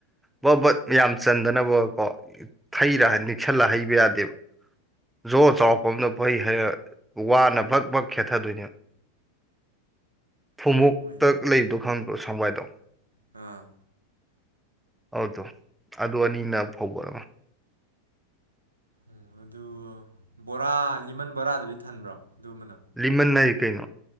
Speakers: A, in the centre; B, on the right.
A: ꯕ ꯕꯠ ꯌꯥꯝ ꯆꯟꯗꯅꯕ ꯀꯣꯩꯔ ꯅꯤꯡꯁꯜꯂ ꯍꯩꯕ ꯌꯥꯗꯦꯕ ꯖꯣꯔ ꯆꯥꯎꯔꯛꯄ ꯑꯅ ꯐꯩ ꯍꯔ ꯋꯥꯅ ꯕꯛ ꯕꯛ ꯈꯦꯠꯊꯗꯣꯏꯅꯦꯕ ꯐꯨꯃꯛꯇ
B: ꯍꯣꯏ
A: ꯂꯩꯗꯣ ꯈꯪꯕ꯭ꯔꯣ ꯁꯪꯕꯥꯏꯗꯣ
B: ꯑꯥ
A: ꯑꯗꯣ ꯑꯗꯨ ꯑꯅꯤꯅ ꯐꯧꯕꯔꯃ
B: ꯎꯝ ꯑꯗꯨ ꯕꯣꯔꯥ ꯂꯤꯃꯟ ꯕꯣꯔꯥꯗꯨꯗꯤ ꯊꯟꯕ꯭ꯔꯣ ꯑꯗꯨꯃꯥꯅ
A: ꯂꯤꯃꯟ ꯍꯥꯏꯖꯦ ꯀꯩꯅꯣ